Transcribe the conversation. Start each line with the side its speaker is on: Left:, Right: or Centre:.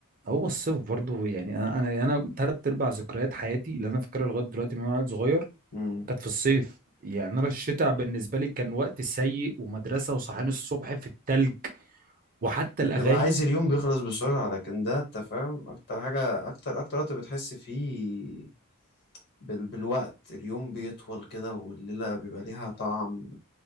Right: هو الصيف برضه يعني انا انا انا ثلاث ارباع ذكريات حياتي اللي انا فاكرها لغايه دلوقتي من وانا عيل صغير
Left: مم.
Right: كانت في الصيف يعني انا الشتاء بالنسبه لي كان وقت سيء ومدرسه وصحيان الصبح في التلج وحتى
Left: بتبقى
Right: الاغاني
Left: عايز اليوم بيخلص بسرعة لكن ده انت فاهم اكتر حاجة اكتر اكتر وقت بتحس فيه بال... بالوقت اليوم بيطول كده والليلة بيبقى ليها طعم